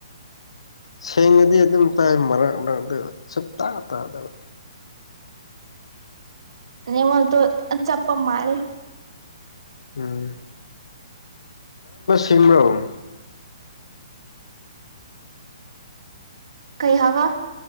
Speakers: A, on the left; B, on the right.
A: ꯁꯦꯡꯉꯗꯤ ꯑꯗꯨꯝ ꯇꯥꯏ ꯃꯔꯛ ꯃꯔꯛꯇ ꯁꯨꯛ ꯇꯥ ꯇꯥꯗꯕ
B: ꯅꯦꯋꯥꯛꯇꯣ ꯆꯞꯄ ꯃꯥꯜꯂꯦ
A: ꯎꯝ ꯁꯤꯝꯔꯣꯡ
B: ꯀꯩ ꯍꯥꯏꯕ